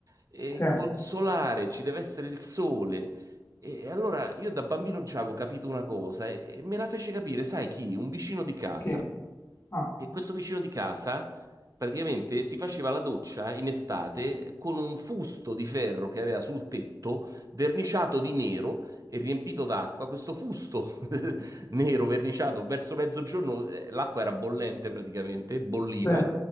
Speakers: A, on the right; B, on the left.
A: E
B: Sì,
A: col solare ci deve essere il sole. E allora io da bambino già avevo capito una cosa e e me la fece capire, sai chi? Un vicino di casa
B: chi? Ah,
A: che questo vicino di casa praticamente si faceva la doccia in estate con un fusto di ferro che aveva sul tetto, verniciato di nero e riempito d'acqua. Questo fusto <laughs> nero verniciato verso mezzogiorno, eh, l'acqua era bollente praticamente, bolliva.
B: sì,